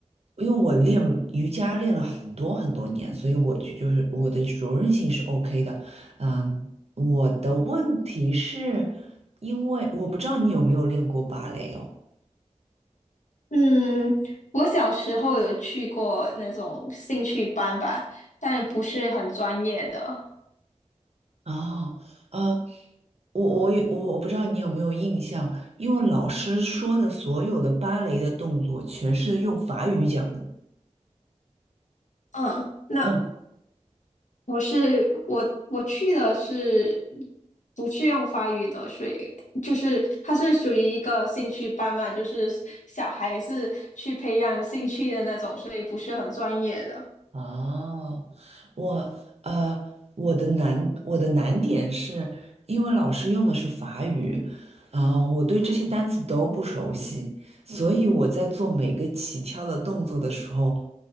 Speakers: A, on the right (about 60°); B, on the left (about 85°).
A: 因为我练瑜伽练了很多很多年，所以我就就是我的柔韧性是 OK 的，嗯、我的问题是因为我不知道你有没有练过芭蕾哦。
B: 嗯，我小时候有去过那种兴趣班吧，但不是很专业的。
A: 哦，呃，我我也我我不知道你有没有印象，因为老师说的所有的芭蕾的动作全是用法语讲的。
B: 嗯，那
A: 嗯，
B: 我是我我去的是不是用法语的，所以就是它是属于一个兴趣班嘛，就是小孩子去培养兴趣的那种，所以不是很专业的。
A: 哦，我呃，我的难我的难点是因为老师用的是法语，啊、我对这些单词都不熟悉，所以我在做每个起跳的动作的时候，